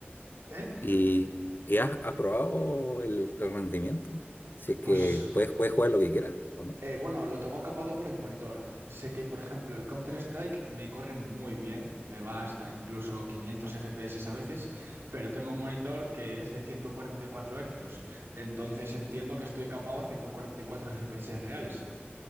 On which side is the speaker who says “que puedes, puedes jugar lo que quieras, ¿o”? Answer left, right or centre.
Left